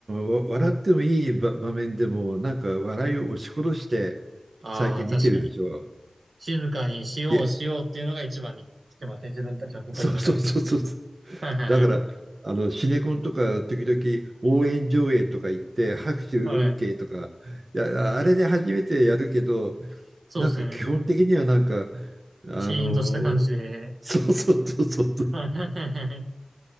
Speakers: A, on the right; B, on the right.
A: わ笑ってもいい場場面でもなんか笑いを押し殺して最近見てるでしょ。
B: ああ、確かに。静かにしようしようっていうのが一番に来てますね。
A: いや
B: 自分たちの心の中で。
A: そう <laughs> そうそうそう
B: はいはいはい。
A: だから、あの、シネコンとか、時々応援上映とか行って、拍手 OK
B: はい。
A: とか、いや、あれで初めてやるけど、
B: そうですね。
A: なんか基本的にはなんか、あの、
B: シーンとした感じで。
A: そうそうそうそう。
B: はいはいはいはい。